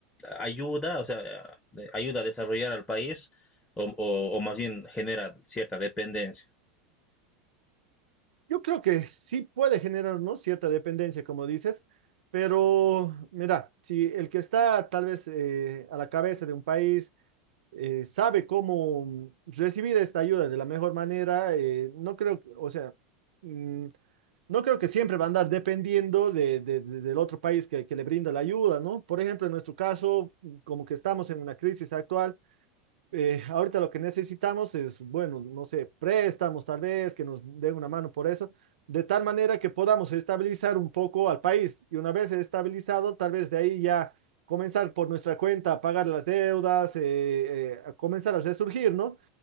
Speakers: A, on the left; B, on the right.
A: ayuda, o sea, eh, ayuda a desarrollar al país o, o- o más bien genera cierta dependencia?
B: Yo creo que sí puede generar, ¿no? Cierta dependencia, como dices, pero mira, si el que está tal vez eh, a la cabeza de un país eh, sabe cómo recibir esta ayuda de la mejor manera, eh, no creo, o sea, mm, no creo que siempre va a andar dependiendo de, de- de- del otro país que, que le brinda la ayuda, ¿no? Por ejemplo, en nuestro caso, como que estamos en una crisis actual eh, ahorita lo que necesitamos es, bueno, no sé, préstamos tal vez, que nos den una mano por eso, de tal manera que podamos estabilizar un poco al país. Y una vez estabilizado, tal vez de ahí ya comenzar por nuestra cuenta a pagar las deudas, eh, eh, a comenzar a resurgir, ¿no?